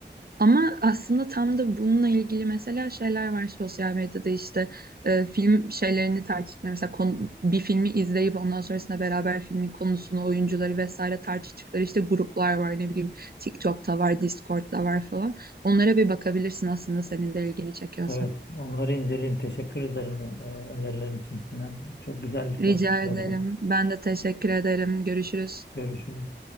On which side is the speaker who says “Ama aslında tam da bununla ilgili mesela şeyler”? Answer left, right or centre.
Right